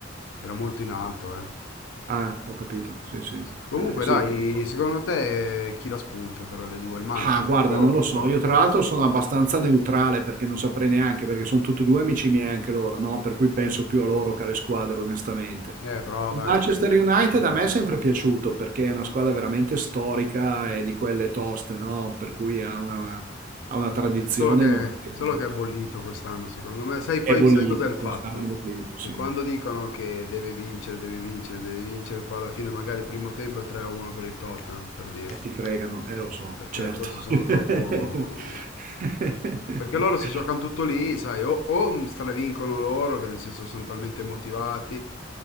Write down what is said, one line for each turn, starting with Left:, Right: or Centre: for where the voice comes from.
Left: era molto in alto, eh.
Right: Ah, ho capito. Sì, sì. Eh,
Left: Comunque,
Right: sì,
Left: dai,
Right: purtroppo.
Left: secondo te chi la spunta tra le due, il Manchester
Right: Ah, guarda,
Left: o
Right: non lo
Left: il
Right: so.
Left: Tottenham?
Right: Io tra l'altro sono abbastanza neutrale perché non saprei neanche, perché sono tutti e due amici miei anche loro, no? Per cui penso più a loro che alle squadre, onestamente.
Left: Eh, però
Right: Il
Left: dai,
Right: Manchester
Left: eh,
Right: United a me è sempre piaciuto perché è una squadra veramente storica e di quelle toste, no? Per cui ha una, ha una tradizione
Left: Solo che,
Right: notevole.
Left: solo che è bollito quest'anno, secondo me. Sai poi,
Right: È bollito,
Left: sai cos'è il fatto?
Right: quest'anno è bollito, sì.
Left: Che quando dicono che deve vincere, deve vincere, deve vincere, poi alla fine magari il primo tempo è 3-1 per il Tottenham, per dirti.
Right: E ti fregano, eh lo so,
Left: Perché
Right: certo.
Left: forse sono
Right: <laughs>
Left: troppo... Perché loro si giocano tutto lì, sai, o, o stravincono loro, che nel senso sono talmente motivati,